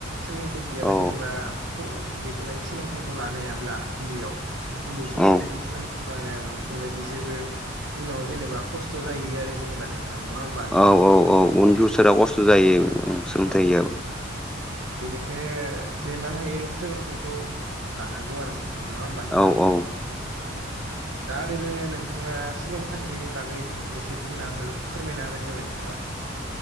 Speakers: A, on the right; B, in the centre.
A: सोलोंथाइ गैयाबा
B: औ
A: जेनेबा बेफोरबायदि सोलोंथाइखौ लानो हायाब्ला उन्दैयाव उन्दै समाव
B: औ
A: जुदि सोलोंथाइ लानोहायाबा बेफोरबायदि जेबो उनाव जेनेबा खस्थ' जाहैयो आरो जेनेबा नों। थांनोहो ओमबा।
B: औ औ औ उन फिउसाराव खस्थ' जायो ओ सोलोंथाइ
A: औ
B: गैयाबा।
A: बेनिखायनो जे मान हायो सोलोंथाइखौ लानांगौ आरो नों थां नोंङा होमबा नोंथां
B: औ औ
A: औ। दा ओरैनो नोंथाङा सोलोंथांनि बागै एसे बुंना हो फोरमायना होबानो जाबाय नोंथाङा।